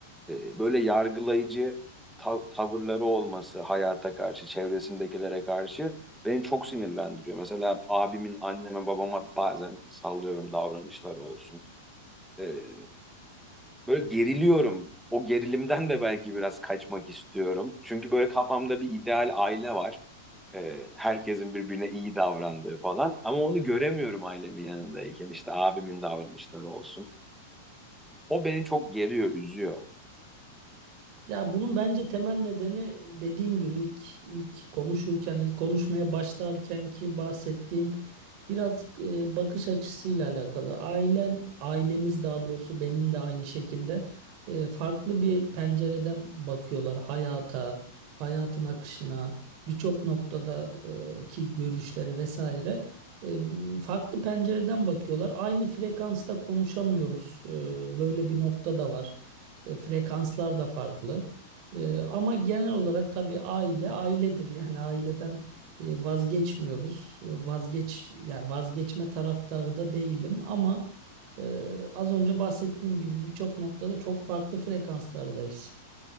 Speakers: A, in the centre; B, on the right.
A: e, böyle yargılayıcı tav- tavırları olması hayata karşı, çevresindekilere karşı beni çok sinirlendiriyor. Mesela abimin anneme babama bazen sallıyorum davranışları olsun. E, Böyle geriliyorum. O gerilimden de belki biraz kaçmak istiyorum. Çünkü böyle kafamda bir ideal aile var. Ee, herkesin birbirine iyi davrandığı falan. Ama onu göremiyorum ailemin yanındayken. İşte abimin davranışları olsun. O beni çok geriyor, üzüyor.
B: Ya bunun bence temel nedeni e, dediğim gibi ilk ilk konuşurken ilk konuşmaya başlarken ki bahsettiğim biraz e, bakış açısıyla alakalı. Ailen ailemiz daha doğrusu benim de aynı şekilde e, farklı bir pencereden bakıyorlar hayata, hayatın akışına, birçok noktada e, ki görüşleri vesaire. E, b- farklı pencereden bakıyorlar. Aynı frekansta konuşamıyoruz. E, böyle bir nokta da var. E, frekanslar da farklı. E, ama genel olarak tabii aile ailedir. Yani aileden e, vazgeçmiyoruz. E, vazgeç yani vazgeçme taraftarı da değilim ama e, az önce bahsettiğim gibi birçok noktada çok farklı frekanslardayız.